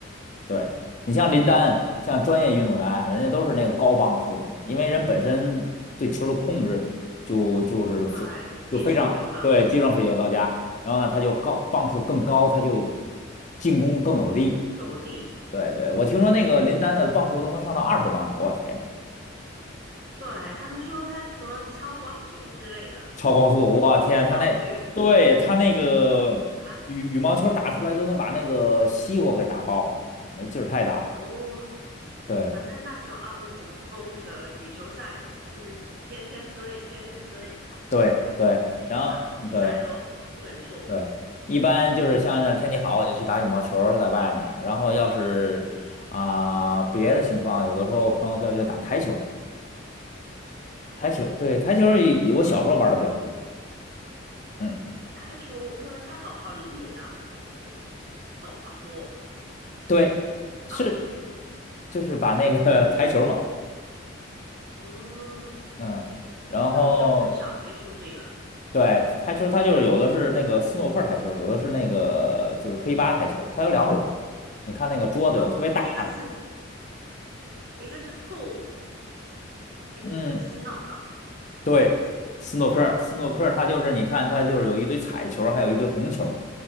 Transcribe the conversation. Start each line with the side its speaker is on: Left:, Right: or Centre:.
Left: 对，你像林丹，
Right: 嗯，
Left: 像专业运动员，人家都是那个高磅数的，因为人本身对球的控制就就是非就非常对技术上非常到家，
Right: 对，技术有道家，
Left: 然后呢，他就高磅数更高，他就进攻更有力，他就
Right: 有力。
Left: 对对，我听说那个林丹的磅数都能上到二十磅，
Right: 嗯，
Left: 我天，
Right: 对，他们说他什么超光速之类的，
Left: 超光速，
Right: 有一有一些奥运就是
Left: 我天，他那对他那个羽羽毛球打出来都能把那个西瓜给打爆了，
Right: 啊，
Left: 那劲儿太大了，
Right: 哦，
Left: 对
Right: 反正那时候奥运我们封那个羽球赛，真的是天天追，天天追，
Left: 对对，
Right: 每一场比赛都不肯错过。
Left: 然后对。对，一般就是像是天气好，
Right: 嗯，
Left: 我就去打羽毛球儿在外面儿然后要是啊、别的情况，有的时候朋友叫就打台球儿
Right: 台球
Left: 台球对台球儿也我小时候玩的比较多。
Right: 啊，
Left: 嗯，
Right: 台球，对，他好好灵敏啊，呃，动好多
Left: 对，是
Right: 哦。哦，你
Left: 就是把那个 <laughs> 台球儿嘛，
Right: 嗯，
Left: 嗯，然后
Right: 那我就很少接触这个
Left: 对台球，它就是有的是那个斯诺克台球，有的是那个就是黑八台球，它有两种。你看那个桌子有特别大的。
Right: 哦，就是一个是一个是 pool，一个是
Left: 嗯。
Right: s n o o k
Left: 对，斯诺克，斯诺克，
Right: 嗯
Left: 它就是你看，它就是有一堆彩球儿还有一堆红球儿